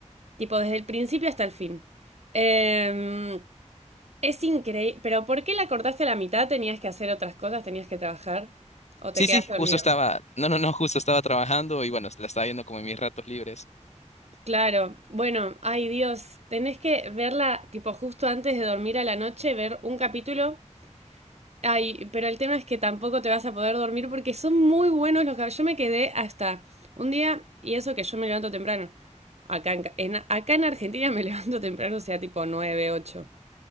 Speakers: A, on the right; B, on the left.
A: tipo desde el principio hasta el fin. Em, Es increíble. ¿Pero por qué la cortaste a la mitad? ¿Tenías que hacer otras cosas? ¿Tenías que trabajar? ¿O
B: Sí,
A: te quedaste
B: sí, justo
A: dormido?
B: estaba, no, no, no, justo estaba trabajando y bueno, la estaba viendo como en mis ratos libres.
A: Claro. Bueno, ay Dios, tenés que verla tipo justo antes de dormir a la noche, ver un capítulo. Ay, pero el tema es que tampoco te vas a poder dormir porque son muy buenos los capítulos. Yo me quedé hasta un día, y eso que yo me levanto temprano. Acá en, ca- en- acá en Argentina me <laughs> levanto temprano, o sea, tipo 9 8,